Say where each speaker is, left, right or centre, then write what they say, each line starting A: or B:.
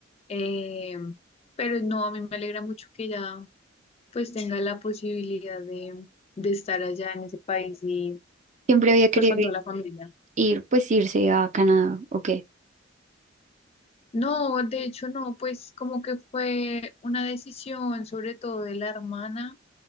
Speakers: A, on the left; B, on the right.
A: eh, pero no, a mí me alegra mucho que ella pues tenga la posibilidad de, de estar allá en ese país y
B: Siempre había querido
A: pues con toda
B: ir,
A: la familia.
B: ir, pues irse a Canadá, ok.
A: No, de hecho no, pues como que fue una decisión sobre todo de la hermana,